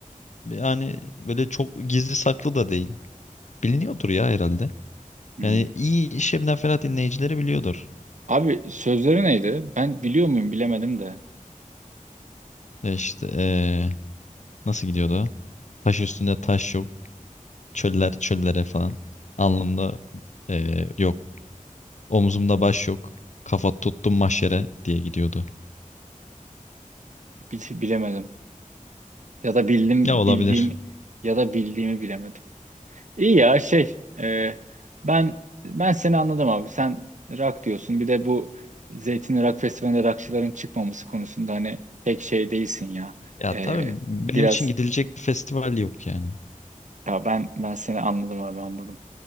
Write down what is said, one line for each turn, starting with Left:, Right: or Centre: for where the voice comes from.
Left: yani böyle çok gizli saklı da değil. Biliniyordur ya herhalde.
Right: Hmm.
Left: Yani iyi Şebnem Ferah dinleyicileri biliyordur.
Right: Abi sözleri neydi? Ben biliyor muyum bilemedim de.
Left: E İşte ee, Nasıl gidiyordu o? Taş üstünde taş yok. Çöller çöllere falan. Alnımda eee, yok. Omzumda baş yok. Kafa tuttum mahşere diye gidiyordu.
Right: Bil- bilemedim. Ya da bildim
Left: Ya olabilir.
Right: bildiğim ya da bildiğimi bilemedim. İyi ya şey e, ben ben seni anladım abi. Sen rock diyorsun. Bir de bu Zeytin Rock Festivali'nde rockçıların çıkmaması konusunda hani pek şey değilsin ya.
Left: Ya
Right: E,
Left: tabii benim
Right: biraz
Left: için gidilecek bir festival yok yani.
Right: ya ben ben seni anladım abi anladım.